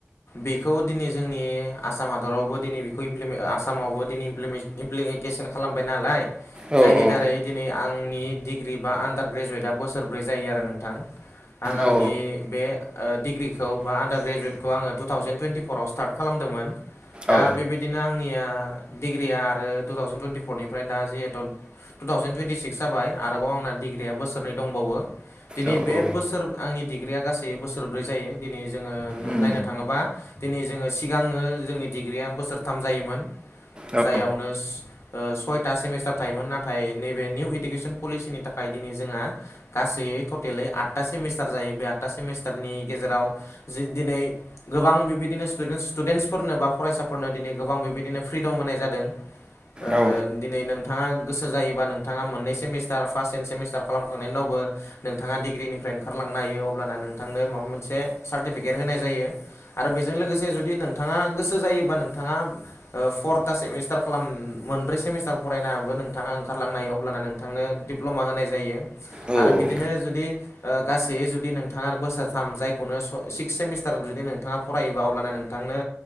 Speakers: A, on the left; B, on the right.
A: बेखौ दिनै जोंनि आसाम हादरावबो दिनै बेखौलि आसामावबो दिनै इमप्लिमेन्टेसन खालामबाय नालाय
B: औ
A: जायनि
B: औ
A: दारै दिनै आंनि डिग्रि बा आन्दार ग्रेजुवेटआ बोसोरब्रै जायो आरो नोंथां आं आंनि
B: औ
A: बे डिग्रिखौ बा आन्दार्रेजुवेखौ आङो थावजेन टुइनन्टिफराव स्टारटदोंमोन दा
B: औ
A: बेबायदिनो आंनिया डिग्रिया आरो टु थावजेन टुइन्टिफरनिफ्राय दा जिहेथु टु थावजेन टुइन्टिक्स जाबाय आरोबाव आंना डिग्रिया बोसोरनै दंबावो दिनै
B: औ औ
A: बे बोसोर आंनि डिग्रिया गासै बोसोरब्रै जायो दिनै जोङो
B: उम
A: नायनो थाङोबा दिनै जोङो सिगाङो जोंनि डिग्रिया बोसोरथाम जायोमोन
B: औ
A: जायावनो ओ सयथा सेमिस्टार थायोमोन नाथाय नैबे निउ इडुकेसन पलिसिनि थाखाय दिनै जोंहा गासै टटेलै आदथा सेमिस्टार जायो बे आदथा सेमिस्टारनि गेजेराव जि दिनै गोबां बेबायदिनो स्टुडेन्टसफोरनो बा फरायसाफोरनो दिनै गोबां बेबायदिनो फ्रिदम होनाय जादों ओ
B: औ
A: दिनै नोंथाङा गोसो जायोबा नोंथाङा मोननै सेमिस्टार फार्स्ट सेन्ड सेमिस्टार खालामखांनायनि उनावबो नोंथाङा डिग्रिनिफ्राय ओंखारलांनो हायो अब्ला नोंथांनो माबा मोनसे सार्टिफिकेट होनाय जायो आरो बेजों लोगोसे जुदि नोंथाङा गोसो जायोबा नोंथाङा फर्था सेमिस्टार खालाम मोनब्रै सेमिस्टार फरायनाबो नोंथाङा ओंखारलांनो हायो अब्ल नों थांनो दिडप्ल'मा होनाय जायो
B: औ
A: आरो बिदिनो जुदि गासै जुदि नोंथाङा बोसोरथाम जायखौनो सिक्स सेमिस्टार जुदि नोंथाङा फरायोबा अब्लानो नों नोंथांनो